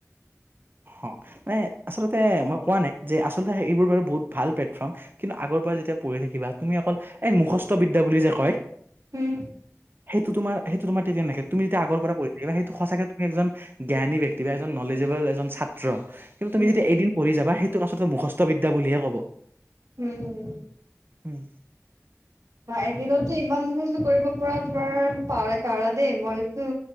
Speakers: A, on the right; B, on the right.
A: অ', মানে আচলতে মই কোৱা নাই যে, আচলতে এইবোৰ বাৰু বহুত ভাল প্লেটফৰ্ম। কিন্তু আগৰ পৰা যেতিয়া পঢ়ি থাকিবা, তুমি অকল এই মুখস্থ বিদ্যা বুলি যে কয়
B: উম।
A: সেইটো তোমাৰ সেইটো তোমাৰ তেতিয়া নাথকে তুমি তেতিয়া আগৰ পৰা পৰি থাকিব সেইটো সঁচাকে তুমি একজন জ্ঞানী ব্যক্তি বা এজন নলেজেবল এজন ছাত্ৰ। কিন্তু তুমি
B: উম
A: যদি এদিন পঢ়ি যাবা সেইটো কথাত মুখস্থ বিদা বুলিহে ক'ব।
B: উম।
A: উম।
B: বা এদিনতে ইমান মুখস্ত কৰিব পৰা তোমাৰ পা পাৰা দেই মইতো